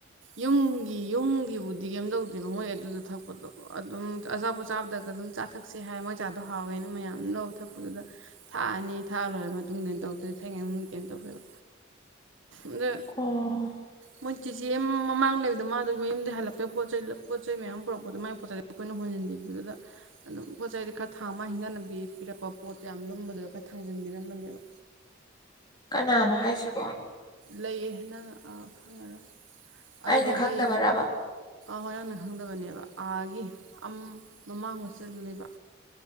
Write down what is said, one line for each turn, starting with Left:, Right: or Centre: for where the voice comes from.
Right: ꯌꯨꯝꯒꯤ ꯌꯨꯝꯒꯤꯕꯨꯗꯤ ꯀꯩꯝ ꯇꯧꯗꯦꯕ ꯃꯣꯏ ꯑꯗꯨꯗ ꯊꯛꯄꯗꯣ ꯑꯗꯨꯝ ꯑꯆꯥꯥꯛꯄꯣꯠ ꯆꯥꯕꯗꯒ ꯑꯗꯨꯝ ꯆꯥ ꯊꯛꯁꯦ ꯍꯥꯏ ꯃꯣꯏ ꯆꯥꯗꯣ ꯍꯥꯎꯋꯦꯅ ꯃꯌꯥꯝ ꯂꯧ ꯊꯛꯄꯗꯨꯗ ꯊꯥꯛꯑꯅꯤ ꯊꯥꯛꯑ ꯂꯣꯏꯔ ꯃꯇꯨꯡꯗꯩꯅ ꯇꯧꯗꯣꯏ ꯊꯦꯡꯅꯩ ꯃꯅꯨꯡꯗꯗꯤ ꯀꯩꯝ ꯇꯧꯋꯦꯕ ꯑꯗ
Left: ꯑꯣ
Right: ꯃꯣꯏ ꯆꯤ ꯁ ꯃꯃꯥꯡ ꯂꯩꯕꯗ ꯃꯥꯗꯨꯒꯤ ꯃꯌꯨꯝꯗꯩ ꯍꯜꯂꯛꯄꯩ ꯄꯣꯠ ꯆꯩ ꯄꯣꯠ ꯆꯩ ꯃꯌꯥꯝ ꯑꯃ ꯄꯨꯔꯛꯄꯗꯣ ꯃꯒꯤ ꯄꯣꯠ ꯆꯩꯗ ꯑꯩꯈꯣꯏꯅ ꯍꯣꯟꯖꯤꯟꯕꯤꯕꯗꯨꯗ ꯑꯗꯨꯝ ꯄꯣꯠ ꯆꯩꯗꯤ ꯈꯔ ꯊꯥꯡ ꯃꯥ ꯍꯤꯡꯖꯥꯟꯅꯕꯤ ꯄꯤꯔꯛꯄ ꯄꯣꯠꯇꯣ ꯌꯥꯝ ꯂꯨꯝꯕꯗꯨꯗ ꯈꯔ ꯊꯥꯡꯖꯟꯕꯤꯔꯝꯕꯅꯦꯕ
Left: ꯀꯅꯥꯅꯣ ꯍꯥꯏꯁꯤꯕꯣ
Right: ꯂꯩꯌꯦ ꯍꯥꯏꯅ ꯈꯪꯉꯔꯁꯤ ꯑꯗꯨꯒꯤ
Left: ꯑꯩꯅ ꯈꯪꯗꯕꯔꯕ
Right: ꯍꯣꯏ ꯅꯪꯅ ꯈꯪꯗꯕꯅꯦꯕ ꯑꯥꯒꯤ ꯃꯃꯥꯡ ꯍꯣꯁꯇꯦꯜꯗ ꯂꯩꯕ